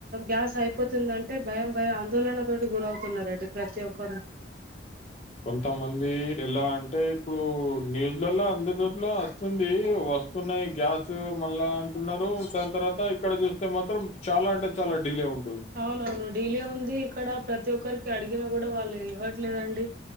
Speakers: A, on the right (about 50°); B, on the left (about 35°).
A: గ్యాస్ అయిపోతుందంటే భయం భయం ఆందోళనతోటి గురవుతున్నరండి ప్రతి ఒక్కరు.
B: కొంతమంది ఎలా అంటే ఇప్పుడు న్యూస్లలో అందరిట్ల వస్తుంది వస్తున్నాయి గ్యాస్ మళ్ళా అంటున్నారు దాని తర్వాత ఇక్కడ చూస్తే మాత్రం చాలా అంటే చాలా డిలే ఉం
A: అవునవును డీలే ఉంది ఇక్కడ ప్రతి ఒక్కరికి అడిగినా కూడా వాళ్ళు ఇవ్వట్లేదండి